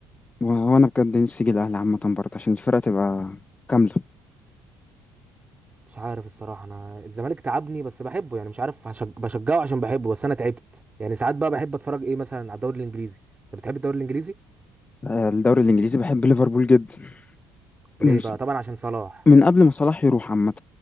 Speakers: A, on the left; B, on the right.
A: وهو انا بجد نفسي اجي الاهلي عامه برضه عشان الفرقه تبقى كامله
B: مش عارف الصراحه انا الزمالك تعبني بس بحبه يعني مش عارف هشج... بشجعه عشان بحبه بس انا تعبت يعني ساعات بقى بحب اتفرج ايه مثلا على الدوري الانجليزي انت بتحب الدوري الانجليزي
A: آه، الدوري الانجليزي بحب ليفربول جدا
B: ليه
A: من
B: بقى طبعا عشان صلاح
A: من قبل ما صلاح يروح عامه